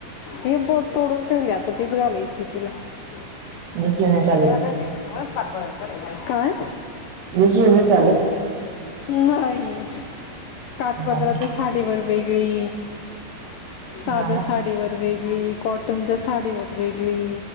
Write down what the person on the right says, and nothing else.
दुसरे नाही चालत का
दुसरी नाही चालत?
बरं
हा ना